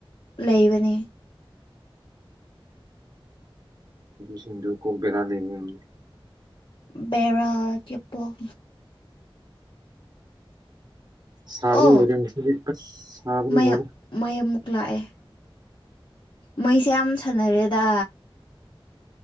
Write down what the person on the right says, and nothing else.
ꯁꯤꯟꯗ ꯀꯨ ꯦꯗꯥ ꯂꯩꯕ ꯃꯤ
ꯁꯥꯕ
ꯃꯔ ꯁꯥꯕꯔ